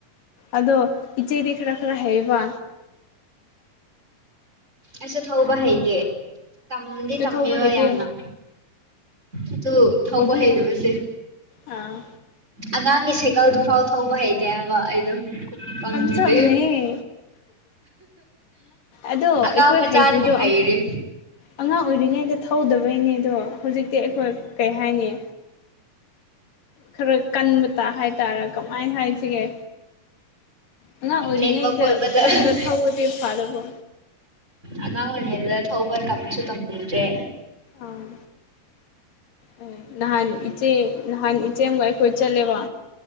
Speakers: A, on the left; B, on the right.
A: ꯑꯗꯣ ꯏꯆꯦ ꯔꯦꯈ ꯔꯥ ꯈꯔ ꯍꯥꯏꯌꯦꯕ
B: ꯑꯁ ꯊꯧꯕ ꯍꯩꯇꯦ ꯇꯝꯗꯤ ꯇꯝꯃꯦꯕ
A: ꯊꯧꯕ ꯍꯩꯇꯦ
B: ꯌꯥꯝꯅ ꯑꯗꯨ ꯊꯧꯕ
A: ꯄꯥꯕꯨꯡ
B: ꯍꯩꯗꯕꯁꯦ
A: ꯑꯥ
B: ꯑꯉꯥꯡꯒꯤ ꯁꯥꯏꯀꯜꯗꯨ ꯐꯥꯎ ꯊꯧꯕ ꯍꯩꯇꯦ ꯍꯥꯏꯕ ꯑꯩꯗꯣ ꯐꯪꯗꯗꯦ
A: ꯆꯞ ꯃꯥꯟꯅꯩꯌꯦ ꯑꯗꯣ
B: ꯑꯉꯥꯡ
A: ꯑꯩꯈꯣꯏ
B: ꯃꯆꯥꯅꯕꯨꯛ
A: ꯍꯩꯇ꯭ꯔꯤꯗꯣ
B: ꯍꯩꯔꯦ
A: ꯑꯉꯥꯡ ꯑꯣꯏꯔꯤꯉꯩꯗ ꯊꯧꯗꯕꯩꯅꯦ ꯑꯗꯣ ꯍꯧꯖꯤꯛꯇꯤ ꯑꯩꯈꯣꯏ ꯀꯩ ꯍꯥꯏꯅꯤ ꯈꯔ ꯀꯟꯕ ꯇꯥ ꯍꯥꯏꯇꯥꯔꯦ ꯀꯃꯥꯏꯅ ꯍꯥꯏꯁꯤꯒꯦ ꯑꯉꯥꯡ ꯑꯣꯏꯔꯤꯉꯩꯗ
B: ꯂꯦꯡꯕ ꯈꯣꯠꯄꯗ
A: ꯈꯔ
B: ꯎꯝ
A: ꯈꯔ ꯊꯧꯔꯗꯤ ꯐꯥꯗꯕ
B: ꯑꯉꯥꯡ ꯑꯣꯏꯔꯤꯉꯩꯗ ꯊꯧꯕ ꯀꯞꯁꯨ ꯇꯝꯂꯨꯗ꯭ꯔꯦ
A: ꯑꯥ ꯑꯦ ꯅꯍꯥꯟ ꯏꯆꯦ ꯅꯍꯥꯟ ꯏꯆꯦ ꯑꯃꯒ ꯑꯩꯈꯣꯏ ꯆꯠꯂꯦꯕ